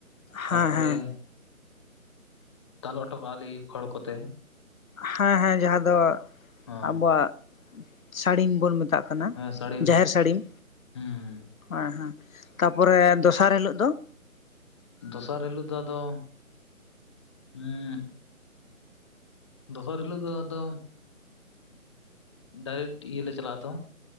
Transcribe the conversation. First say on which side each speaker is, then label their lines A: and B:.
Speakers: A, on the left; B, on the left.
A: ᱛᱟᱨᱯᱚᱨᱮ
B: ᱦᱮᱸ ᱦᱮᱸ
A: ᱫᱟᱞ ᱚᱴᱚ ᱠᱟᱜᱼᱟ ᱞᱤ ᱠᱷᱚᱲ ᱠᱚᱛᱮ᱾
B: ᱦᱮᱸ ᱦᱮᱸ ᱡᱟᱸᱦᱟ ᱫᱚ
A: ᱦᱚᱸ
B: ᱟᱵᱚᱣᱟᱜ ᱥᱟᱹᱲᱤᱢ ᱵᱚᱱ ᱢᱮᱛᱟᱜ᱾ ᱠᱟᱱᱟ
A: ᱦᱮᱸ ᱥᱟᱹᱲᱤᱢ
B: ᱡᱟᱦᱮᱨ ᱥᱟᱹᱲᱤᱢ,
A: ᱦᱩᱸ ᱦᱩᱸ
B: ᱦᱮᱸ ᱦᱮᱸ ᱛᱟᱯᱚᱨᱮ ᱫᱚᱥᱟᱨ ᱦᱤᱞᱳᱜ ᱫᱚ?
A: ᱫᱚᱥᱟᱨ ᱦᱤᱞᱳᱜ ᱫᱚ ᱟᱫᱚ ᱩᱢ ᱫᱚᱥᱟᱨ ᱦᱤᱞᱳᱜ ᱫᱚ ᱟᱫᱚ ᱰᱟᱭᱨᱮᱠᱴ ᱤᱭᱟᱹ ᱞᱮ ᱪᱟᱞᱟᱜᱼᱟ ᱛᱚ